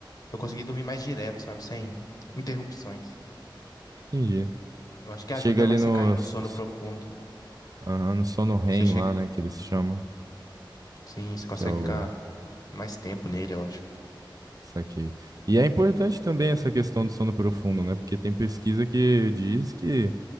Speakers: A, on the left; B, on the right.
A: eu consegui dormir mais direto, sabe? Sem interrupções.
B: Entendi.
A: Eu acho que
B: Chega
A: ajuda mais
B: ali no,
A: você cair no
B: s-
A: sono
B: s-
A: profundo.
B: aham, no sono REM
A: Você chega.
B: lá, né, que eles chamam,
A: Sim, você consegue
B: que é o...
A: ficar mais tempo nele, eu acho.
B: Saquei. E é importante também essa questão do sono profundo, né? Porque tem pesquisa que diz que,